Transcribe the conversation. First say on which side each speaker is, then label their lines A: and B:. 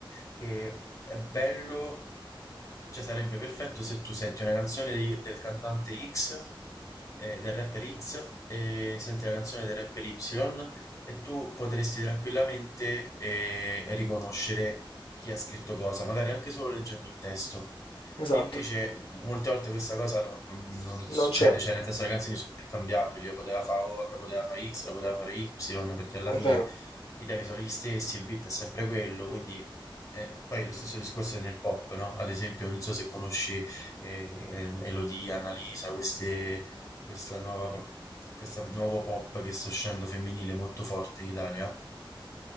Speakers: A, on the left (about 40°); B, on the left (about 80°).
A: che è bello, cioè sarebbe perfetto se tu senti una canzone di- del cantante X, eh, del rapper X, e senti la canzone del rapper Y, e tu potresti tranquillamente eh, riconoscere chi ha scritto cosa, magari anche solo leggendo il testo.
B: esatto,
A: E invece molte volte questa cosa non, non- non succede,
B: non c'è,
A: cioè nel senso le canzoni sono intercambiabili, lo poteva fare O, lo poteva fare X, lo poteva fare Y, perché alla
B: è
A: fine
B: vero.
A: i temi sono gli stessi, il beat è sempre quello, quindi eh, poi lo stesso discorso è nel pop, no? Ad esempio, non so se conosci eh, eh, Elodie, Annalisa, queste, questa nuova, questa nuovo pop che sta uscendo femminile molto forte in Italia, non